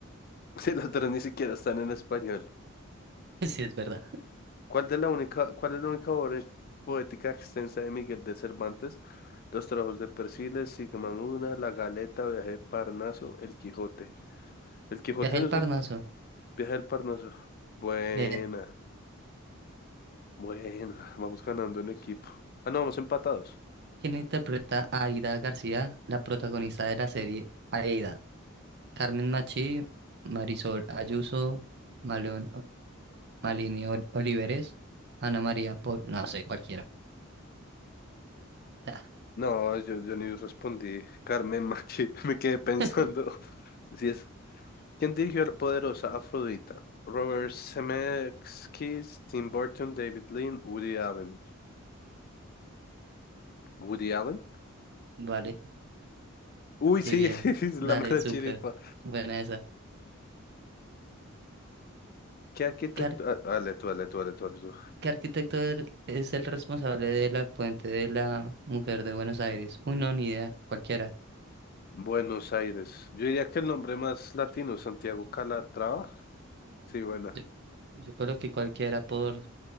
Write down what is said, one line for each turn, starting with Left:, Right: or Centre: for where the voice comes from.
Left: Sí, los tres ni siquiera están en español.
Right: <laughs> sí, es verdad.
Left: ¿Cuál de la única, cuál es la única obra e- poética extensa de Miguel de Cervantes? Los trabajos de Persiles, Sigismunda, La Galeta, Viaje de Parnaso, El Quijote. El Quijote
Right: Viaje al
Left: no es
Right: Parnaso.
Left: uno. Viaje del Parnaso. Buena,
Right: Bien.
Left: buena. Vamos ganando en equipo. Ah, no, vamos empatados.
Right: ¿Quién interpreta a Aida García, la protagonista de la serie Aida? Carmen Machi, Marisol Ayuso, Malón, Malini Ol- Oliveres, Ana María Pol, no sé, cualquiera. Ah.
Left: No, yo, yo ni respondí. Carmen Machi, <laughs> me quedé pensando.
Right: <laughs>
Left: Si es, ¿quién dirigió La poderosa Afrodita? Robert Zemeckis, Tim Burton, David Lean, Woody Allen. ¿Woody Allen?
Right: Vale,
Left: Uy,
Right: sí,
Left: sí,
Right: bien.
Left: <laughs> es
Right: Dale,
Left: la mera
Right: súper.
Left: chiripa.
Right: Buena esa.
Left: ¿Qué arquitecto?
Right: ¿Qué
Left: Ah, Dale tú, dale tú, dale tú, dale tú.
Right: ¿Qué arquitecto er- es el responsable de la puente de la Mujer de Buenos Aires? Uy, no, ni idea, cualquiera.
Left: Buenos Aires. Yo diría que el nombre más latino, Santiago Calatrava. Sí, buena.
Right: Yo, yo coloqué cualquiera por